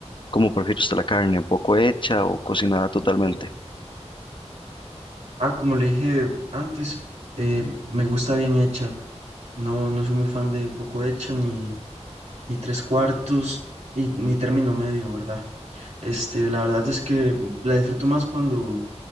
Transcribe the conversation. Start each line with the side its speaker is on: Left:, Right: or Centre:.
Left: ¿Cómo prefiere usted la carne? ¿Un poco hecha o cocinada totalmente?
Right: Ah, como le dije antes, eh, me gusta bien hecha. No, no soy muy fan de poco hecha ni, ni tres cuartos y, ni término medio, ¿verdad? Este, la verdad es que la disfruto más cuando,